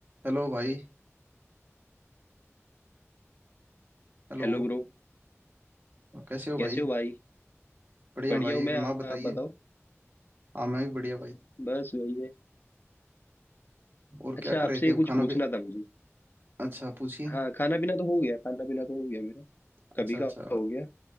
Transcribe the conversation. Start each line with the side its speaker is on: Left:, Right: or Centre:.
Right: Hello भाई Hello
Left: Hello bro
Right: कैसे हो
Left: कैसे
Right: भाई
Left: हो भाई
Right: बढ़िया
Left: बढ़िया
Right: हूँ भाई
Left: हूँ
Right: एकदम
Left: मैं
Right: आप बताइए
Left: आप बताओ
Right: हाँ मैं भी बढ़िया भाई
Left: बस वही है
Right: और क्या
Left: अच्छा
Right: कर
Left: आपसे
Right: रहे थे अब
Left: कुछ
Right: खाना
Left: पूछना
Right: पे
Left: था मुझे
Right: अच्छा पूछिए
Left: हाँ खाना पीना तो हो गया खाना पीना तो हो गया मेरा कभी
Right: अच्छा अच्छा
Left: का हो गया